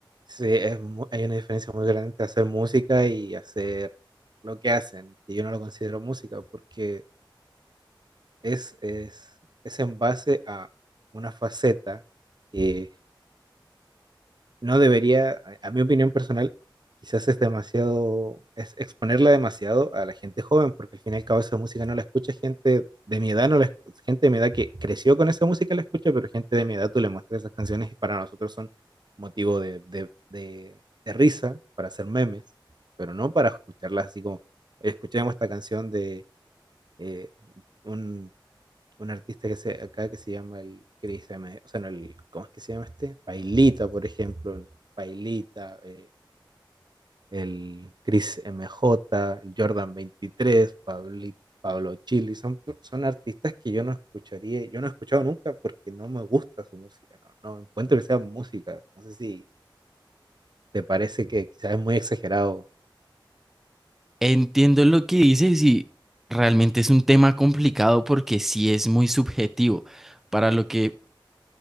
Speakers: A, on the right; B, in the centre.
A: hay una diferencia muy grande entre hacer música y hacer lo que hacen, que yo no lo considero música, porque es, es, es en base a una faceta que no debería, a, a mi opinión personal, quizás es demasiado, es exponerla demasiado a la gente joven, porque al fin y al cabo esa música no la escucha gente de mi edad, no la, escu- gente de mi edad que creció con esa música la escucha, pero gente de mi edad tú le muestras esas canciones y para nosotros son motivo de, de, de, de risa, para hacer memes, pero no para escucharlas así como, "Oye, escuchemos esta canción de... eh, un un artista que se, acá que se llama el Chris M. O sea, no, el, ¿cómo es que se llama este? Pailita, por ejemplo. ¿no? Pailita, eh, el Chris M J el Jordan 23, Pablito. Pablo Chili, son, son artistas que yo no escucharía, yo no he escuchado nunca porque no me gusta su música, no, no encuentro que sea música, no sé si te parece que quizás es muy exagerado,
B: Entiendo lo que dices y realmente es un tema complicado porque sí es muy subjetivo. Para lo que